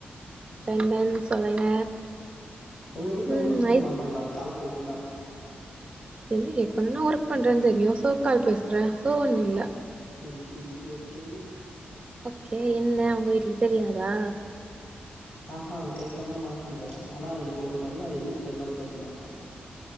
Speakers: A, on the right (about 30°); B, on the left (about 35°).
A: தென் தென் சொல்லுங்க
B: ஒங்க வீட்ல
A: ம்
B: ஒன்னு கேக்க
A: ஐஸ்
B: மாட்டாங்ளா கால் பேஸ்னா
A: என்ன கேக்கணு நா ஒர்க் பண்றன் தெரியு சோ கால் பேஸ்ற சோ ஒன்னு இல்ல
B: செரி செரி ஓகே
A: ஓகே என்ன உங்க வீட்ல தெரியாதா
B: ஆஹா கேக்கல்லா மாட்டாங்க ஆனா எனக்கு ஒரு மரியாத வீட்லேல்லா பேச மாட்ட